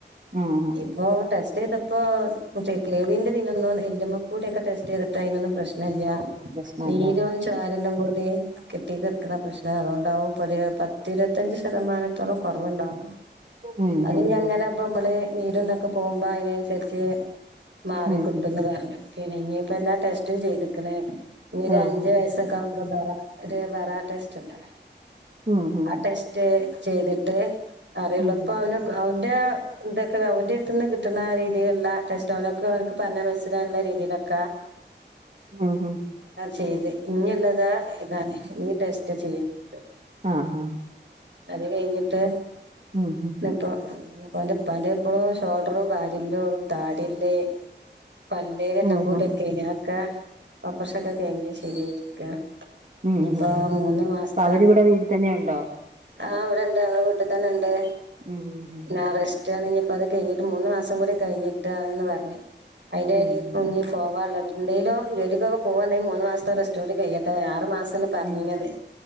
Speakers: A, on the right; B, on the right.
A: ആഹ്
B: ഇപ്പോ ടെസ്റ്റ് ചെയ്തപ്പോ ഇപ്പൊ കെൾവിന്റെതിനൊന്നും എല്ല്മ്മകൂടൊക്കെ ടെസ്റ്റ് ചെയ്തിട്ട് അതിനൊന്നും പ്രശ്നല്ല.
A: പ്രശ്നല്ല
B: നീര് ചോരെല്ലാം കൂ <unintelligible> കിടക്കുന്ന പ്രശ്നം അതുകൊണ്ടാവും ഇപ്പൊ ഒരു പത്തിരുപത്തഞ്ച് ശതമാനത്തോളം കൊറവുണ്ടാവും.
A: ഉം
B: അതിനിങ്ങന
A: ഉം ഉം
B: ഇപ്പ നമ്മള് നീരന്തൊക്കെ പോകുമ്പോ അയ്നനുസരിച്ച് മാറിക്കിട്ടുന്ന്
A: ഉം ഉം
B: പറഞ്ഞു പിന്നെ ഇനിയിപ്പ എല്ലാ ടെസ്റ്റും ചെയ്തിക്ക്ണ് ഇനിഒരു
A: ആഹ്
B: അഞ്ച് വയസക്കവും ഒരു വേറ ടെസ്റ്റ് ഉണ്ടല്ലോ
A: ഉം ഉം
B: ആ ടെസ്റ്റ് ചെയ്തിട്ട് അറിയുള്ളുപ്പോ
A: ഉം
B: അവനെ അവൻ എ എന്തൊക്കെ ഓന്റെ അടുത്ത് നിന്ന് കിട്ടുന്ന രീതിയിലുള്ള ടെസ്റ്റോനൊക്കെ ഓനിക്ക് എനിക്ക് പറഞാൽ മനസ്സിലാനുള്ള രീതിയിലൊക്കാ.
A: ഹും ഹും.
B: ചെയ്ത് ഇനിള്ളതാ ഇതാണ് ഇനി ടെസ്റ്റ് ചെയ്യാൻ പറ്റൊള്ളൂ
A: ആഹ്
B: അത് കഴിഞ്ഞിട്ട്
A: ഹും ഹും.
B: ഇപ്പൊ ഓന്റെ ഇപ്പാന്റെ ഇപ്പളും ഷോൾഡറും ബാരിയെല്ലും താടി എല്ല് പല്ല് എല്ലാം
A: ഓഹോ
B: കൂടി ഒക്കെയിനു അതൊക്കെ ഓപ്പറേഷൻ ഒക്കെ കഴിഞ് ശരിയായിരിക്കാ.
A: ഉം
B: ഇനിയിപ്പോ
A: ഉം ഉം
B: മൂന്ന് മാസത്തെ
A: അപ്പൊ അവരിവിടെ വീട്ടി തന്നെയുണ്ടോ
B: ആഹ് ഇവിടെണ്ട് ഞങ്ങളെ വീട്ടിൽ തന്നെ ഉണ്ട്
A: ഉം ഉം
B: പിന്നെ റസ്റ്റ് ആണെങ്ക ഇപ്പത് കഴിഞ്ഞിട്ട് മൂന്ന് മാസം കൂടി കഴിഞ്ഞിട്ടാന്ന് പറഞ് അതിന്റെടി
A: ഉം ഉം
B: ഇഞ്ഞി ഫോവാനുള്ള എന്തേലും ജോലിക്കൊക്കെ പോകുണ്ടെങ്കിൽ മൂന്ന് മാസത്തെ റെസ്റ്റ് കൂടി കഴിയട്ടെആറ് മാസം പറഞ്ഞിനത്
A: അങ്ങനത്തെ